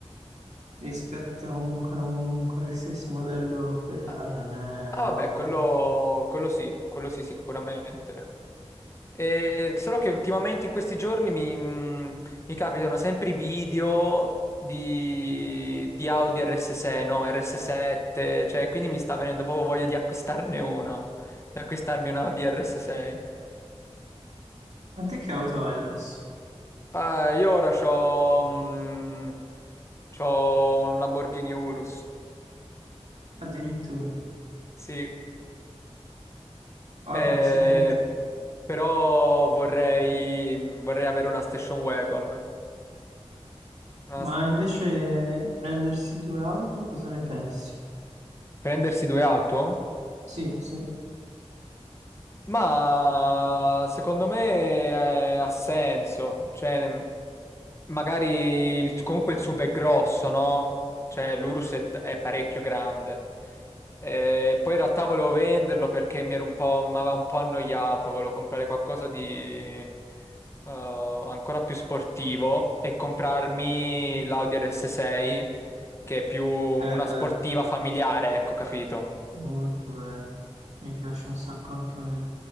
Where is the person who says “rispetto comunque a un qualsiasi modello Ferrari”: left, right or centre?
Right